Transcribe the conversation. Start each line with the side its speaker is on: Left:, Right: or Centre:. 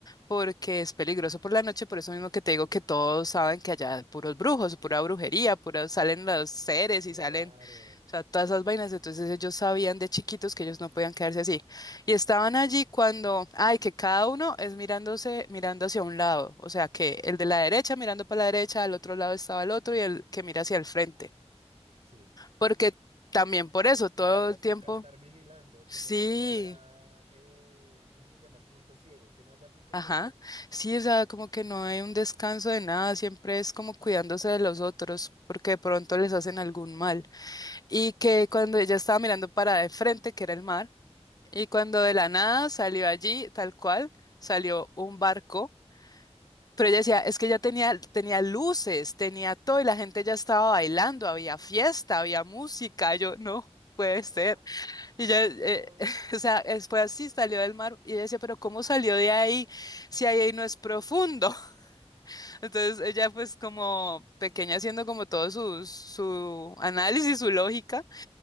Left: porque es peligroso por la noche, por eso mismo que te digo que todos saben que allá hay puros brujos, pura brujería, pura, salen los seres y
Right: Claro,
Left: salen, o sea, todas esas vainas, entonces ellos sabían de chiquitos que ellos no podían quedarse así. Y estaban allí cuando, ay, que cada uno es mirándose, mirando hacia un lado, o sea, que el de la derecha mirando para la derecha, al otro lado estaba el otro y el que mira hacia el frente.
Right: sí.
Left: Porque también por eso, todo
Right: Claro, les
Left: el tiempo,
Right: toca estar vigilando,
Left: sí,
Right: como que no haya, eh, ¿cómo se llama? El punto ciego, que no haya punto
Left: ajá,
Right: ciego.
Left: sí, o sea, como que no hay un descanso de nada, siempre es como cuidándose de los otros, porque de pronto les hacen algún mal. Y que cuando ella estaba mirando para de frente, que era el mar, y cuando de la nada salió allí, tal cual, salió un barco, pero ella decía, es que ya tenía, tenía luces, tenía todo, y la gente ya estaba bailando, había fiesta, había música, yo no. Puede
Right: Ah,
Left: ser. Y ella,
Right: No.
Left: eh, <laughs> o sea, es- fue así, salió del mar y ella decía, pero ¿cómo salió de ahí si ahí no es profundo? <laughs> Entonces ella pues como pequeña haciendo como todo su, su análisis, su lógica